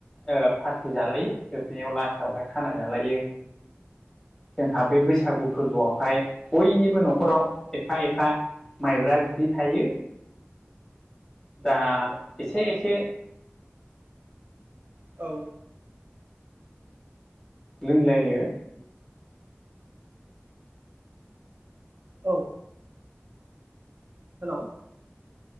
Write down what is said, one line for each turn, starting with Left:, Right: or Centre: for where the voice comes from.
Left: ओ पारटि जालायो जोबनायाव लास्टावहाय खाना जालायो। जोंहा बे बैसागु फोरबोआवहाय बयनिबो न'खराव एफा एफा माइब्रा बिदै थायो। दा एसे एसे
Right: औ।
Left: लोंलायो।
Right: औ। हेल'।